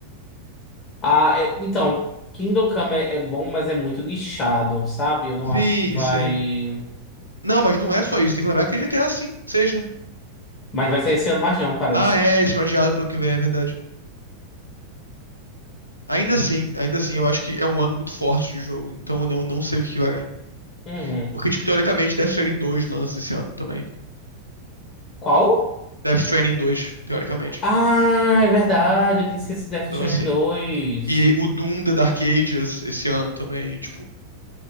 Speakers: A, on the left (about 30°); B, on the left (about 85°).
A: Ah, é- então, Kingdom Come é, é bom, mas é muito nichado, sabe? Eu não
B: Sim,
A: acho que vai.
B: sim. Não, mas não é só isso. Tem que lembrar que tem GTA V, seja.
A: Mas não vai sair esse ano mais, não, parece.
B: Ah, é, eles foi adiado pro ano que vem, é verdade. Ainda assim, ainda assim, eu acho que é um ano muito forte de jogo, então eu não, não sei o que vai ganhar.
A: Uhum.
B: Porque, tipo, teoricamente, Death Stranding dois lança esse ano também.
A: Qual?
B: Death Stranding dois teoricamente.
A: Ah, é verdade, eu tinha esquecido Death
B: Então,
A: Stranding
B: assim.
A: dois.
B: E o Doom The Dark Ages esse ano também, tipo,